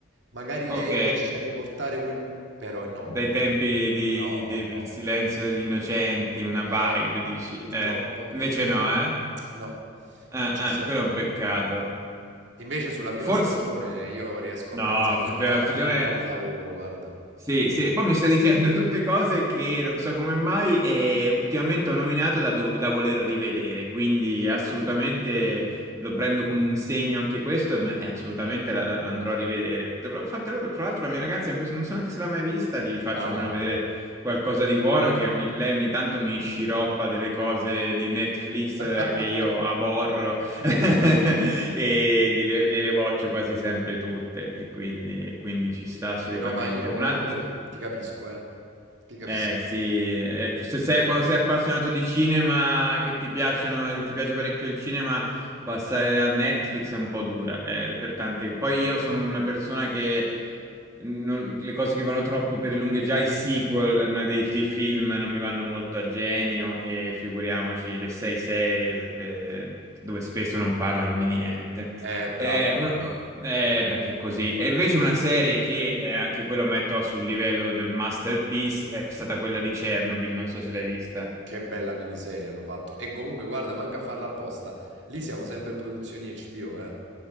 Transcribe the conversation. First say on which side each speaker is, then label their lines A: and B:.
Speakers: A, on the right; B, on the right.
A: magari
B: ok.
A: lei riesce a riportare quel" però no,
B: dai
A: non
B: tempi
A: c'è
B: di-
A: no,
B: del
A: no.
B: silenzio degli innocenti, una vibe,
A: Eh,
B: dici.
A: purtroppo
B: Eh,
A: purtroppo
B: invece no, eh?
A: no,
B: Eh,
A: non ci
B: eh,
A: siamo.
B: quello è un peccato.
A: Invece
B: Eh,
A: sulla prima
B: Forse...
A: stagione io riesco
B: No,
A: a pensare
B: f-
A: soltanto
B: prima stagione
A: che è un capolavoro, guarda.
B: sì, sì, poi mi sta dicendo tutte cose che non so come mai eh, ultimamente ho nominato da, dov- da voler rivedere, quindi assolutamente lo prendo come un segno anche questo e me- e assolutamente la, la- la andrò a rivedere. Dovrò, fra tra- fra l'altro la mia ragazza, in questo, non so neanche se l'ha mai vista, gli faccio
A: Ah.
B: almeno vedere qualcosa di buono, che ogni- lei ogni tanto mi sciroppa delle cose di Netflix
A: <laughs>
B: eh, che io aborro. <laughs> e gliele, gliele boccio quasi sempre tutte e quindi, e quindi ci sta assolutamente.
A: Eh no, ma io
B: Un'altra,
A: ti ca ti capisco, eh. Ti capisco.
B: eh sì, eh, se sei, quando sei appassionato di cinema, che ti piacciono, che ti piace parecchio il cinema, passare a Netflix è un po' dura, eh, per tante. Poi io sono una persona che mm, non- le cose che vanno troppo per le lunghe, già i sequel eh, dei, dei film non mi vanno molto a genio e figuriamoci le sei serie per- per- dove spesso non parlano di niente.
A: Eh, bravo,
B: Eh,
A: bravo.
B: un- eh,
A: Mamma mia.
B: eh, perché così. E invece una serie che eh, anche quello metto sul livello del masterpiece è stata quella di Chernobyl, non so se l'hai vista.
A: Che bella miniserie hanno fatto. E comunque, guarda, manca a farla apposta. Lì siamo sempre produzioni HBO, eh.